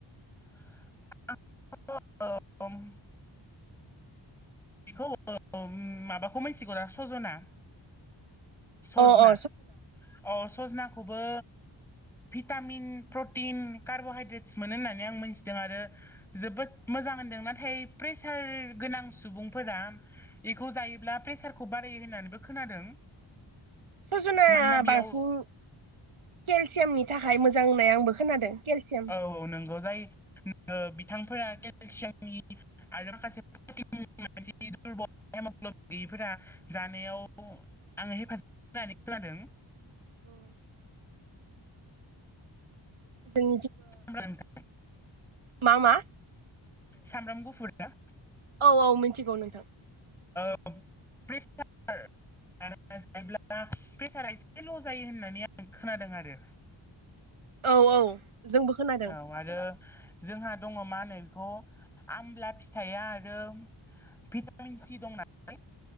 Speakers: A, in the centre; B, on the right.
A: <unintelligible> बेखौ माबाखौ मिथिगौरा सजना सजना
B: अ अ
A: औ सजनाखौबो
B: <inaudible>
A: भिटामिन प्रटिन कार्बहाइद्रेटस मोनो होननानै आं मोनथिदों आरो जोबोद मोजाङै नाथाय प्रेसार गोनां सुबुं फोर बेखौ जायोब्ला प्रेसारखौ बारायो होननानैबो खोनादों
B: सजनाय
A: मानोना बेयाव
B: बांसिन केलसियामनि थाखाय मोजां होननाय आंबो खोनादों केलसियाम
A: औ औ नंगौ जाय नोगो बिथांफोरा केलसियाम आरो माखासे दुरबल हेमग्लबिन गौयैफोरा जानायाव आङो हेफाजाब होनानै खोनादों
B: <inaudible> जों
A: <unintelligible>
B: मा मा
A: सामब्राम गुफुरा
B: औ औ मिथिगौ नोंथां
A: <unintelligible> मानोना जायोब्ला प्रेसारा एसे ल जायो होननानै आं खोनादों आरो
B: औ औ जोंबो खोनादों
A: औ आरो जोंहा दङ मा होनो बेखौ आमला फिथाइया आरो भिटामिन सि दं नालाय